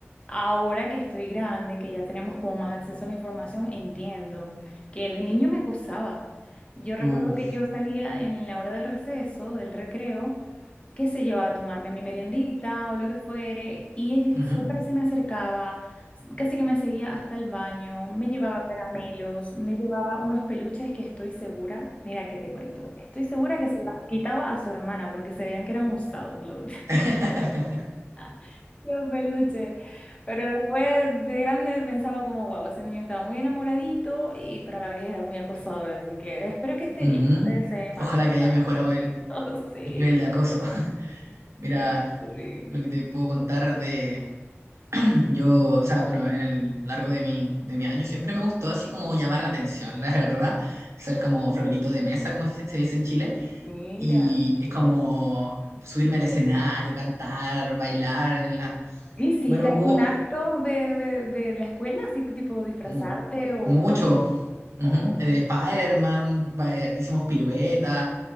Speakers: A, on the left; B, on the right.
A: ahora que estoy grande, que ya tenemos como más acceso a la información, entiendo que el niño me acosaba. Yo recuerdo
B: Ujú, uh,
A: que yo salía en la hora del receso, del recreo, qué sé yo, a tomarme mi meriendita o lo que fuere, y él
B: ujú.
A: siempre se me acercaba, casi que me seguía hasta el baño, me llevaba caramelos, me llevaba unos peluches que estoy segura, mira que te cuento, estoy segura que se los quitaba a su hermana porque se veían que eran usados los,
B: <laughs>
A: <laughs> los peluches, pero después de grande pensaba como, wow, ese niño estaba muy enamoradito, y pero a la vez era muy acosador, así que espero que esté
B: Ujú.
A: bien, no le desee mal,
B: Ojalá
A: mi
B: que
A: papá.
B: haya mejorado
A: <laughs>
B: el,
A: Oh, sí,
B: el nivel de acoso. <laughs> Mira
A: terrible.
B: lo que te puedo contar de, Yo, o sea, bueno, en el largo de mi, de mi año siempre me gustó así como llamar la atención, <laughs> la verdad, ser como florerito de mesa, como se, se dice en Chile,
A: Mira,
B: y es como subirme al escenario, cantar, bailar en la...
A: ¿hiciste
B: Bueno,
A: algún
B: hubo
A: acto de, de, de la escuela, así tipo disfrazarte
B: mu-
A: o
B: mucho,
A: algo?
B: ujú,
A: ¿O
B: eh, Spider-Man, ba- eh, hicimos piruetas,